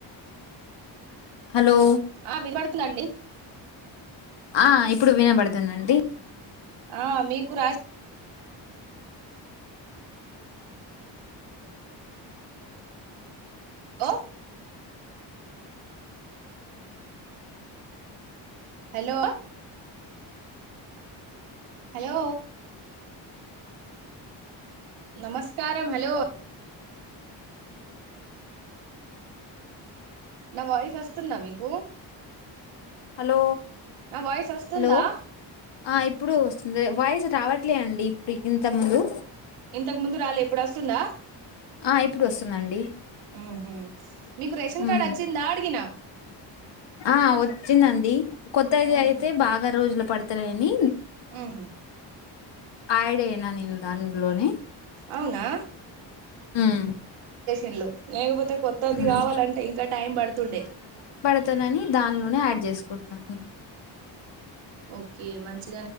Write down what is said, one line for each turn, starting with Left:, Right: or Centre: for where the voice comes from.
Left: హలో
Right: ఆ విపడుతుందండి
Left: ఆ ఇప్పుడు వినబడుతుందండి
Right: ఆ మీకు రా అ హలో హలో నమస్కారం హలో నా వాయిస్ వస్తుందా మీకు
Left: హలో
Right: నా వాయిస్ వస్తుందా
Left: హలో ఆ ఇప్పుడు వస్తుంది వాయిస్ రావట్లే అండి ఇప్పుడు ఇంత ముందు
Right: ఇంతకు ముందు రాలే ఇప్పుడు వస్తుందా?
Left: ఆ ఇప్పుడు వస్తుందండి.
Right: ఊహు మీకు రేషన్
Left: హ్మ్
Right: కార్డ్ వచ్చిందా అడిగినా
Left: ఆ.. వచ్చిందండి కొత్తది
Right: ఉహు
Left: అయితే బాగా రోజులు పడుతున్నాయని
Right: ఉహు
Left: ఆడ్ అయిన నేను దానిలోనే
Right: అవునా
Left: హ్మ్
Right: ఇల్లు లేకపోతే కొత్తది
Left: హ్మ్
Right: కావాలంటే ఇంకా టైం బడుతుండే
Left: ఇత్తదని దానిలోనే యాడ్ చేసుకుంటాం హు
Right: ఓకే మంచ్